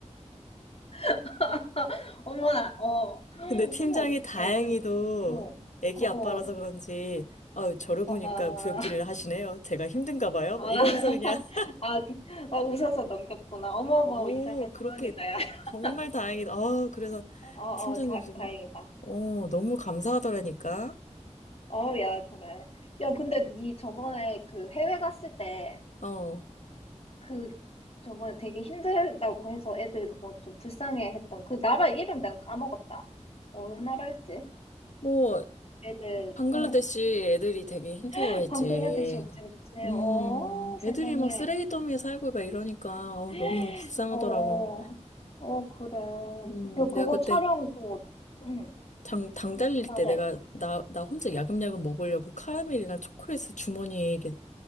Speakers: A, on the left; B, on the left.
A: <laughs> 어머나, 어,
B: 근데 팀장이
A: 어머, 어떡해.
B: 다행히도
A: 그, 어,
B: 애기
A: 어,
B: 아빠라서
A: 어.
B: 그런지, 아유, 저러
A: 어,
B: 보니까
A: 아,
B: 구역질을 하시네요. 제가 힘든가 봐요.
A: 아,
B: 막 이러면서
A: <laughs>
B: 그냥, <laughs>
A: 아, 그- 어, 웃어서 넘겼구나. 어머머,
B: 오,
A: 이상한
B: 그렇게
A: 상황이다, 야. <laughs>
B: 정말 다행이다. 아, 그래서
A: 어, 어,
B: 팀장님
A: 자,
B: 좀,
A: 다행이다.
B: 어, 너무 감사하더라니까.
A: 어, 야, 그래. 야, 근데 니 저번에 그 해외 갔을 때,
B: 어,
A: 그, 저번에 되게 힘들다고 해서 애들 뭐 좀 불쌍해 했던 그 나라 이름 내가 까먹었다. 어느 나라였지?
B: 뭐,
A: 애들,
B: 방글라데시
A: 응.
B: 애들이 되게 힘들어했지.
A: <laughs> 방글라데시였지, 그치?
B: 음,
A: 어,
B: 애들이
A: 세상에.
B: 막 쓰레기 더미에 살고 막 이러니까, 어,
A: <laughs>
B: 너무 불쌍하더라고.
A: 어, 어, 어, 그래.
B: 음,
A: 그, 그거
B: 내가 그때
A: 촬영, 그거, 응.
B: 당, 당 달릴
A: 말해.
B: 때 내가 나, 나 혼자 야금야금 먹으려고 카라멜이랑 초콜릿을 주머니에 이렇게